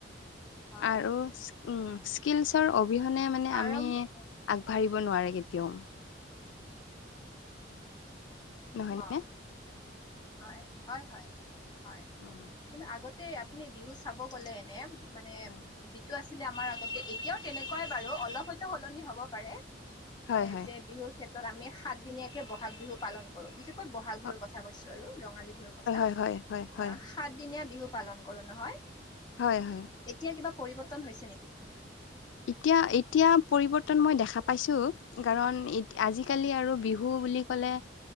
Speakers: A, on the left; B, on the left.
A: হয়
B: আৰু উম, স্কিলচৰ অবিহনে মানে
A: আৰম্ভ
B: আমি
A: উম
B: আগবাঢ়িব নোৱাৰো কিন তেওঁ নহয়নে
A: অ', হয়, হয় হয়, হয়
B: উম
A: কিন্তু আগত তে আপুনি বিহু চাব গ'লে এনে মানে
B: হয়
A: যিটো আছিলে আমাৰ আগতে, এতিয়াও তেনেকুৱাই বাৰু অলপ হয়তো সলনি হ'ব পাৰে।
B: হয়
A: এই
B: হয়
A: যে বিহুৰ ক্ষেত্ৰত আমি সাতদিনীয়াকে বহাগ বিহু পালন কৰোঁ, বিশেষকৈ বহাগ
B: হয়
A: বিহুৰ কথা কৈছোঁ আৰু, ৰঙালী বিহুৰ কথা আ
B: হয় হয় হয় হয়
A: সাতদিনীয়া বিহু পালন কৰোঁ নহয়?
B: হয় হয়।
A: এতিয়া কিবা পৰিৱৰ্তন হৈছে নেকি?
B: এতিয়া এতিয়া পৰিৱৰ্তন মই দেখা পাইছোঁ। কাৰণ আজিকালি আৰু বিহু বুলি ক'লে আ,